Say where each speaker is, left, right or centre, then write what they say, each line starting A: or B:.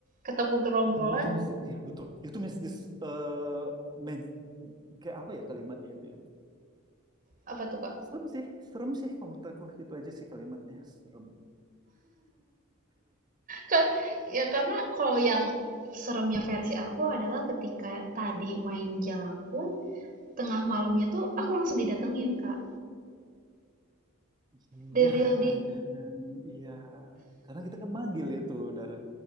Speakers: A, on the right; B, on the right.
A: Ketemu gerombolan
B: dan itu mistis, ya betul. Itu mistis eh, me- kayak apa ya kalimatnya itu ya?
A: apa tuh, Kak?
B: Serem sih, serem sih kalau menurut aku. Itu aja sih kalimatnya, serem.
A: Ka- ya karena kalau yang seremnya versi aku adalah ketika tadi main jalangkung, tengah malamnya tuh aku langsung didatengin, Kak.
B: Iya,
A: The real di
B: jangan, iya. Karena kita kan manggil itu, Dara.